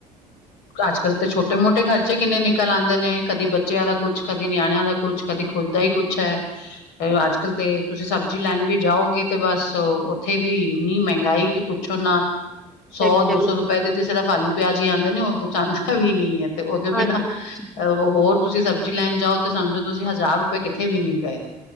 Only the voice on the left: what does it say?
ਅੱਜ-ਕੱਲ੍ਹ ਤੇ ਛੋਟੇ ਮੋਟੇ ਖਰਚੇ ਕਿੰਨੇ ਨਿਕਲ ਆਂਦੇ ਨੇ। ਕਦੀ ਬੱਚਿਆਂ ਦਾ ਕੁਛ, ਕਦੀ ਨਿਆਣਿਆਂ ਦਾ। ਕੁਛ, ਕਦੇ ਖੁੱਦ ਦਾ ਈ ਕੁੱਛ ਐ।
ਤੇ ਅੱਜ-ਕਲ, ਤੇ ਤੁਸੀਂ ਸਭ <unintelligible> ਜਾਓਗੇ, ਤੇ ਬਸ ਓਥੇ ਵੀ ਇੰਨੀ ਮਹੰਗਾਈ ਕਿ ਪੁੱਛੋ ਨਾ
ਸੌ-ਦੋ-ਸੌ
ਰੁਪਏ ਦੇ ਤੇ ਸਿਰਫ ਆਲੂ ਪਿਆਜ ਹੀ ਆਂਦੇ ਨੇ, ਹੋਰ ਕੁਛ ਆਂਦਾ ਵੀ ਨੀ ਐ। ਤੇ ਉਹ ਦੇ ਬਿਨਾਂ
ਹੋਰ ਤੁਸੀਂ ਸਬਜ਼ੀ ਲੈਣ ਜਾਓ ਤੇ ਸਮਝੋ ਤੁਸੀਂ ਹਜ਼ਾਰ ਰੁਪਏ ਕਿੱਥੇ ਵੀ ਨੀ ਗਏ।